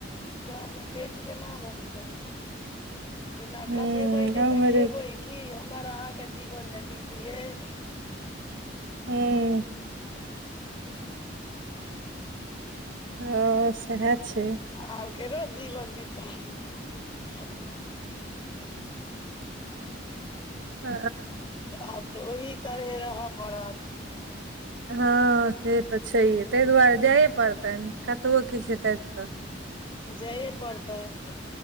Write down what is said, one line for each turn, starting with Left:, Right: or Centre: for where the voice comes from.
Left: गाममे पेट केना भरतनि। बिना
Right: हूँ
Left: कमेबै
Right: गाँव
Left: नै त
Right: मे
Left: खेबै
Right: रहि
Left: की? हमर अहाँके जीवन ने बीत गेल ी
Right: हूँ हं सेहे छै।
Left: आब केना जीवन बीततै?
Right: <inaudible> ह
Left: आब त ओही तरहे रह परत।
Right: हँ से त छैहे। तै दुआरे जाइए परतनि, कतबो किछु हेतैथ त।
Left: जाए परतैन।